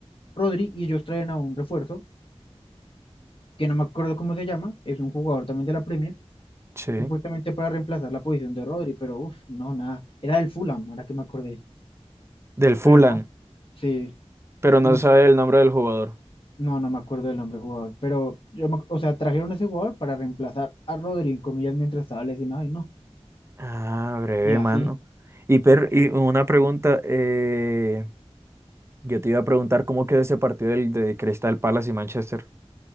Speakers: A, on the left; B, on the right.
A: Rodri y ellos traen a un refuerzo, que no me acuerdo cómo se llama, es un jugador también de la Premier,
B: Sí.
A: supuestamente para reemplazar la posición de Rodri, pero uff, no, nada, era del Fulham, ahora que me acordé,
B: Del Fulham.
A: pero no, sí.
B: pero no
A: Y
B: sabe el nombre del jugador.
A: no, no me acuerdo del nombre del jugador, pero yo, me ac- o sea, trajeron a ese jugador para reemplazar a Rodri, en comillas, mientras estaba lesionado y no,
B: Ah, breve,
A: ni así.
B: mano. Y, per- y una pregunta, eh, yo te iba a preguntar cómo quedó ese partido del, de Crystal Palace y Manchester.